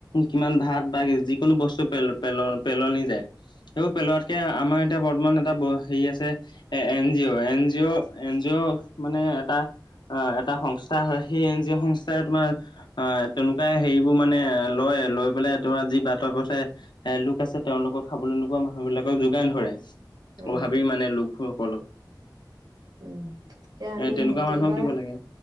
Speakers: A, on the left; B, on the right.
A: কিমান ভাত বা যিকোনো বস্তু পেল পেল পেলনি যায়। এই পেলোৱাতকে আমাৰ এতিয়া বৰ্তমান এটা হেৰি আছে, এ N G O N G O N G O মানে এটা অ এটা সংস্থা হয় সেই এন জি অ' সংস্থাই তোমাৰ অ তেনেকুৱা হেৰিবোৰ মানে লয় লৈ পেলাই তোমাৰ যি বাট থ পথে এ লোক আছে তেওঁলোকক খাবলৈ নোপোৱা মানুহ বিলাকক যোগান ধৰে
B: উম
A: অ ভাবি মানে। সকলক <inaudible>
B: উম এতিয়া
A: এ
B: আমি
A: তেনেকুৱা
B: হোটেল
A: মানুহক
B: বা
A: দিব লাগে।